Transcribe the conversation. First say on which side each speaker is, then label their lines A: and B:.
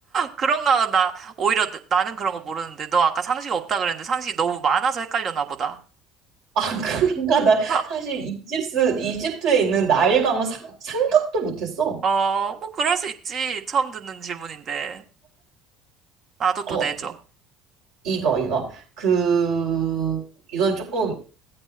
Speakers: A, on the right (about 40°); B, on the right (about 65°).
A: 그런가 나 오히려 나- 나는 그런 거 모르는데 너 아까 상식 없다 그랬는데 상식이 너무 많아서 헷갈려나 보다.
B: 아, <laughs> 그러니까 나
A: 아,
B: 사실 이집스, 이집트에 있는 나일 강은 상- 생각도 못했어.
A: 어, 뭐 그럴 수 있지. 처음 듣는 질문인데. 나도 또
B: 어,
A: 내줘.
B: 이거 이거 그 이건 조금